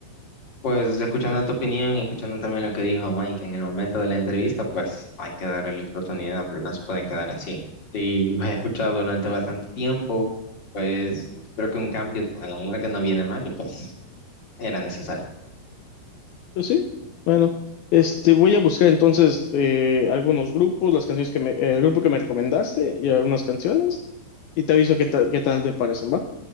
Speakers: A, on the left (about 30°); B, on the left (about 75°).
A: pues escuchando tu opinión y escuchando también lo que dijo Mike en el momento de la entrevista, pues hay que darle la oportunidad, pero no se pueden quedar así. Si los he escuchado durante bastante tiempo, pues creo que un cambio a la larga no viene mal y pues era necesario.
B: Pues sí, bueno, este, voy a buscar entonces eh, algunos grupos, las canciones que me, el grupo que me recomendaste y algunas canciones, y te aviso qué tal, qué tal te parecen, ¿va?